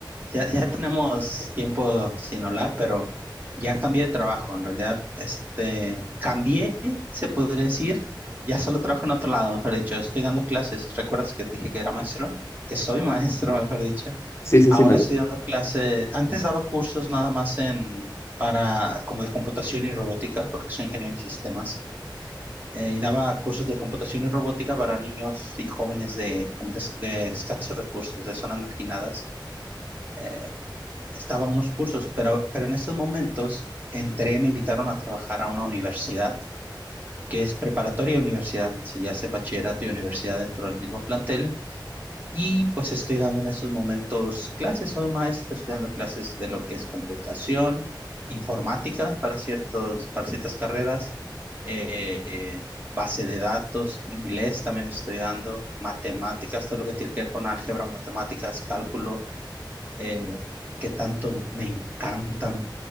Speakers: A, on the right; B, on the left.
A: Ya, ya tenemos tiempo sin hablar, pero ya cambié de trabajo. En realidad, este, cambié, se podría decir. Ya solo trabajo en otro lado, mejor dicho. Estoy dando clases. ¿Recuerdas que te dije que era maestro? Que soy maestro, <laughs> mejor dicho.
B: Sí, sí,
A: Ahora
B: sí, me acuerdo.
A: estoy dando clases. Antes daba cursos nada más en, para, como de computación y robótica, porque soy ingeniero en sistemas. Eh, y daba cursos de computación y robótica para niños y jóvenes de, como de, de escasos recursos, de zonas marginadas eh, estaba en unos cursos, pero, pero en estos momentos entré, me invitaron a trabajar a una universidad, que es preparatoria y universidad en sí, ya hace bachillerato y universidad dentro del mismo plantel. Y pues estoy dando en estos momentos clases, soy maestro, estoy dando clases de lo que es computación, informática para, ciertos, para ciertas carreras, eh, base de datos, inglés también estoy dando, matemáticas, todo lo que tiene que ver con álgebra, matemáticas, cálculo, eh, que tanto me encantan.